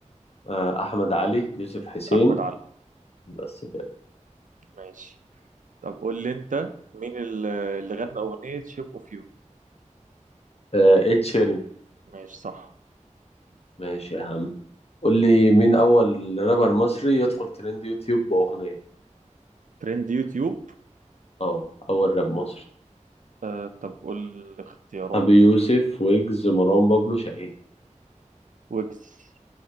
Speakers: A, on the left (about 50°); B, on the right (about 80°).
A: آه احمد علي يوسف حسين
B: أحمد علي
A: بس كده
B: ماشي طب قول لي انت مين اللي اللي غنى أغنية شيب اوف يو
A: آه ed sheeran
B: ماشي صح
A: ماشي يا عم قول لي مين اول رابر مصري يدخل ترند يوتيوب باغنية
B: ترند يوتيوب
A: اه اول راب مصري
B: آه طب قول اختيارات
A: ابي يوسف ويجز مروان بابلو شاهين
B: ويجز